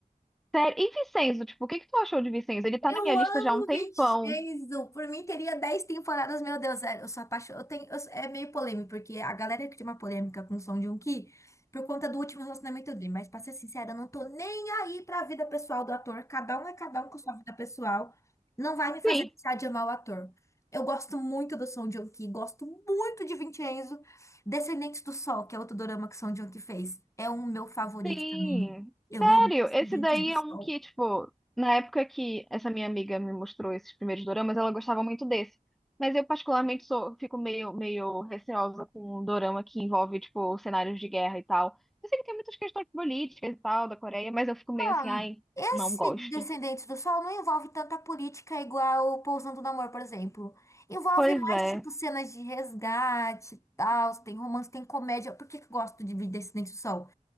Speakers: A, in the centre; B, on the left (about 20°).
A: Sério. E Vincenzo, tipo, o que que tu achou de Vincenzo? Ele tá
B: Eu
A: na minha lista
B: amo
A: já há um tempão.
B: 26. Por mim teria 10 temporadas, meu Deus, é, eu sou apaixonada. Eu tenho, eu sou- é meio polêmico, porque a galera cria uma polêmica com o Song Joong-ki por conta do último relacionamento dele. Mas, pra ser sincera, eu não tô nem aí pra vida pessoal do ator. Cada um é cada um com sua vida pessoal. Não vai me fazer
A: Sim.
B: deixar de amar o ator. Eu gosto muito do Song Joong-ki, gosto muito de Vincenzo. Descendentes do Sol, que é outro dorama que o Song Joong-ki fez, é um meu favorito
A: Sim,
B: também. Eu
A: sério,
B: amo Descendentes
A: esse daí
B: do
A: é
B: Sol.
A: um que, tipo, na época que essa minha amiga me mostrou esses primeiros doramas, ela gostava muito desse. Mas eu particularmente sou, fico meio, meio receosa com um dorama que envolve, tipo, cenários de guerra e tal. Eu sei que tem muitas questões políticas e tal da Coreia, mas eu fico meio
B: Ah,
A: assim, ai,
B: Esse
A: não gosto.
B: Descendentes do Sol não envolve tanta política igual o Pousando no Amor, por exemplo. Envolve
A: Pois
B: mais,
A: é.
B: tipo, cenas de resgate, e tal, tem romance, tem comédia. Por que que eu gosto de Descendentes do Sol?